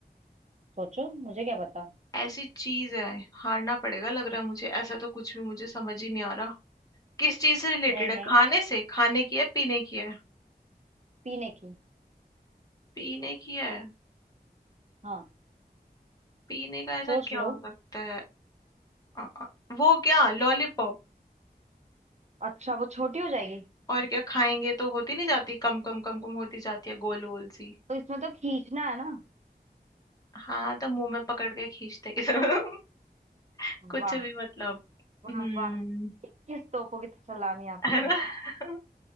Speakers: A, on the right (about 40°); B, on the left (about 20°).
A: सोचो मुझे क्या पता
B: ऐसी चीज है हारना पड़ेगा लग रहा है मुझे ऐसा तो कुछ भी मुझे समझ ही नहीं आ रहा किस चीज से रिलेटेड
A: नहीं
B: है
A: नहीं
B: खाने से खाने की है पीने की है
A: पीने की
B: पीने की है
A: हाँ
B: पीने का ऐसा
A: सोच
B: क्या हो
A: लो
B: सकता है अ, अ, वो क्या लॉलीपॉप
A: अच्छा वो छोटी हो जाएगी
B: और क्या खाएंगे तो होती नहीं जाती कम कम कम कम होती जाती है गोल गोल सी
A: तो इसमें तो खींचना है ना
B: हाँ तो मुंह में पकड़ के खींचते हैं सब। <laughs> कुछ
A: वाह
B: भी मतलब
A: वाह
B: हम्म
A: वाह इक्कीस तोपों की तो सलामी आपको
B: है ना <laughs>